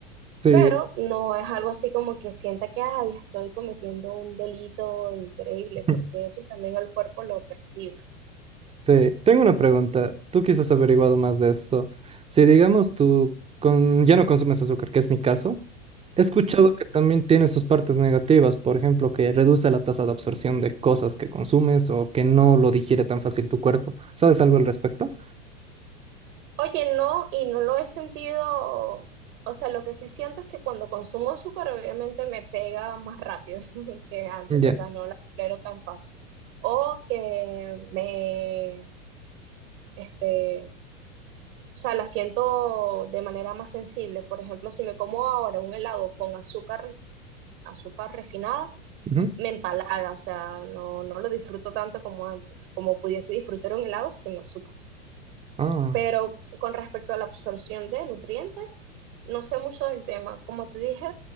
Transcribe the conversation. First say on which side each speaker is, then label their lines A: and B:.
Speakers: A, on the right; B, on the right.
A: Sí.
B: pero no es algo así como que sienta que ay, estoy cometiendo un delito increíble,
A: <laughs>
B: porque eso también el cuerpo lo percibe.
A: Sí, tengo una pregunta. Tú quizás has averiguado más de esto. Si digamos tú con... ya no consumes azúcar, que es mi caso, he escuchado
B: Ujú.
A: que también tiene sus partes negativas, por ejemplo, que reduce la tasa de absorción de cosas que consumes o que no lo digiere tan fácil tu cuerpo. ¿Sabes algo al respecto?
B: Oye, no, y no lo he sentido, o sea, lo que sí siento es que cuando consumo azúcar obviamente me pega más rápido <laughs> que antes,
A: Ya.
B: o sea, no la tolero tan fácil. O que me, este, o sea, la siento de manera más sensible. Por ejemplo, si me como ahora un helado con azúcar, azúcar refinada,
A: Ujú.
B: me empalaga, o sea, no, no lo disfruto tanto como antes, como pudiese disfrutar un helado sin azúcar
A: Ah,
B: pero con respecto a la absorción de nutrientes, no sé mucho del tema. Como te dije,